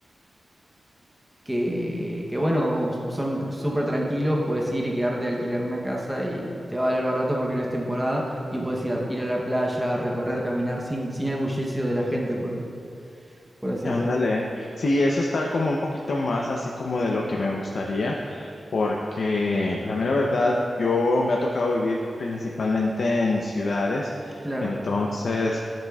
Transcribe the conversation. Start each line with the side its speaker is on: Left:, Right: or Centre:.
Centre: que, que, bueno, son súper tranquilos, puedes ir y quedarte a alquilar una casa y te va a valer barato porque no es temporada y puedes ir a, ir a la playa, recorrer, caminar sin, sin el bullicio de la gente, por, por así
Left: Ándale.
Centre: decirlo.
Left: Sí, eso está como un poquito más así como de lo que me gustaría, porque la mera verdad, yo me ha tocado vivir principalmente en ciudades,
Centre: Claro,
Left: entonces...